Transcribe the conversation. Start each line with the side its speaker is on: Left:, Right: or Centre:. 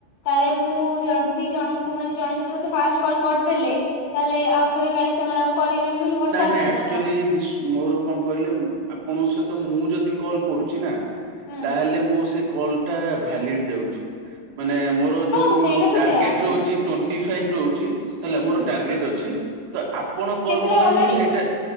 Left: କାଳେ ମୁଁ ଯଦି ଜଣଙ୍କୁ ମାନେ ଜଣେ ଯଦି ମତେ ଫାଷ୍ଟ କଲ୍ କରିଦେଲେ ତାହେଲେ ଆଉ ଥରେ କାଳେ ସେମାନେ ଆଉ କରିବେନି ବୋଲି ଭରସା
Right: ନାଇଁ ନାଇଁ
Left: ଆସୁନି
Right: ଆକ୍ଚୁଆଲି
Left: ନା କଣ?
Right: ବିସ୍ ମୋର କଣ କହିଲେ ଆପଣଙ୍କ ସହିତ ମୁଁ ଯଦି କଲ୍ କରୁଛି ନା
Left: ହୁଁ
Right: ତାହେଲେ ମୁଁ ସେ କଲ୍ ଭ୍ୟାଲିଡ୍ ଯାଉଛି ମାନେ ମୋର
Left: ହଁ
Right: ଯୋଉ
Left: ସେଇଟା ତ
Right: ଟାର୍ଗେଟ୍
Left: ସେୟା ହୁଁ
Right: ରହୁଛି ଟ୍ୱେଣ୍ଟି ଫାଇବି ରହୁଚି ହେଲା
Left: ହୁଁ
Right: ମୋର
Left: ହୁଁ
Right: ଟାର୍ଗେଟ ଅଛି ତ ଆପଣ କଲ୍
Left: କେତେଟା
Right: କଲା
Left: ଗଲାଣି
Right: କଣ ସେଇଟା